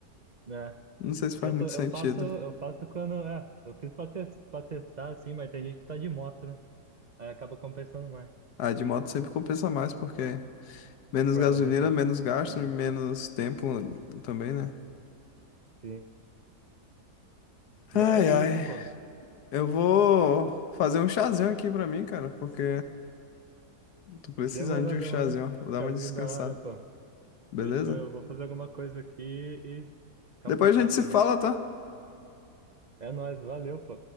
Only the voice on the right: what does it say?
né?
Que eu
tô, eu
faço, eu faço quando, é, eu fiz pra, tes- pra testar, assim, mas tem gente que tá de moto, né? Aí acaba compensando mais
pra
fazer essa,
é,
sim. Mas
é
isso, pô.
Demorou,
demorou.
Chazinho
da hora, pô.
Fechou. Eu Vou fazer alguma coisa aqui e capotar
também.
É nóis, valeu, pô.